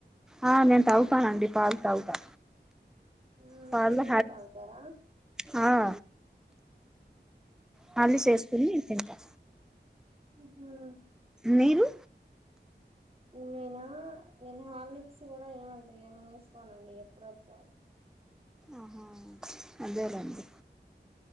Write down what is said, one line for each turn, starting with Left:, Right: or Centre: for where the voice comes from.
Centre: ఆ నేను తాగుతా నండి పాల్ తాగుతా
Right: మ్మ్
Centre: ప
Right: టీ కూడా తాగుతారా
Centre: హా <unintelligible> హార్లిక్స్ వేసుకుని తింటా
Right: ఆహా
Centre: మీరు
Right: నేనా నేను హార్లిక్స్ కూడా ఏమ్ అంతగా ఏ సుకోనండి ఎప్పుడ సారి
Centre: ఆహా అదేలండి